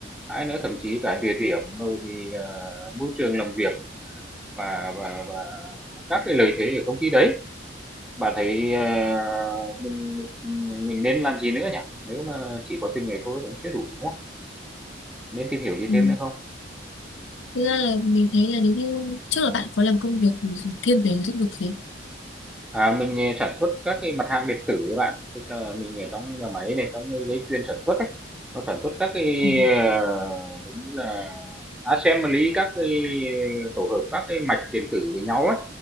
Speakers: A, in the centre; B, on the left.
A: hay nữa thậm chí cả địa điểm rồi thì, ờ, môi trường làm việc và và và các cái lợi thế ở công ty đấy. Bạn thấy, ờ, mình mình mình nên làm gì nữa nhỉ? Nếu mà chỉ có từng ấy thôi thì cũng chưa đủ, đúng không? Nên tìm hiểu gì
B: Ừ.
A: thêm nữa không?
B: Thực ra là mình thấy là nếu như trước là bạn có làm công việc thiên về lĩnh vực gì
A: À, mình, ờ, sản xuất các cái mặt hàng điện tử các bạn, tức là mình ở trong nhà máy này, trong cái dây chuyền sản xuất ấy, nó sản xuất các cái,
B: ừ.
A: ờ, giống như là assembly các cái tổ hợp các cái mạch điện tử với nhau á,